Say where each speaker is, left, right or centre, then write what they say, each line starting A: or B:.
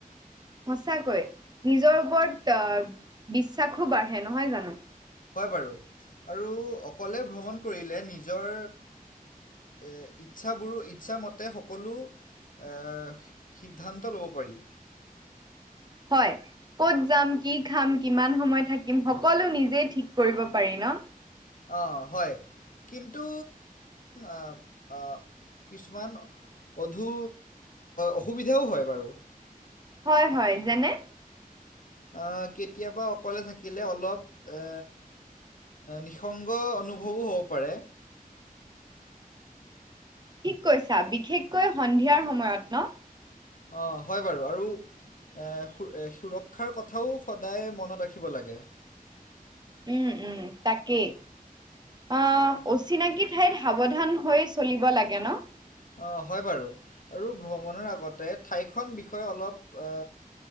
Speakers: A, on the right; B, on the left.
A: সঁচাকৈ, নিজৰ ওপৰত বিশ্বাসো বাঢ়ে নহয় জানো?
B: হয় বাৰু, আৰু অকলে ভ্ৰমণ কৰিলে নিজৰ এ ইচ্ছাবোৰো, ইচ্ছামতে সকলো এ সিদ্ধান্ত ল'ব পাৰি।
A: হয়। ক'ত যাম কি খাম কিমান সময় থাকিম সকলো নিজেই ঠিক কৰিব পাৰি ন?
B: অ, হয় কিন্তু আ, অ কিছুমান অধু অসুবিধাও হয় বাৰু।
A: হয় -হয় যেনে?
B: অ, কেতিয়াবা অকলে থাকিলে অলপ এ নিসংগ অনুভৱো হ'ব পাৰে।
A: ঠিক কৈছা বিশেষকৈ সন্ধিয়াৰ সময়ত ন?
B: অ, হয় বাৰু আৰু এ সুৰ -সুৰক্ষাৰ কথাও সদায় মনত ৰাখিব লাগে।
A: উম -উম তাকেই। অ, অচিনাকি ঠাইত সাৱধান হৈ চলিব লাগে ন?
B: অ, হয় বাৰু আৰু ভ্ৰমণৰ আগতে ঠাইখন বিষয়ে অলপ অ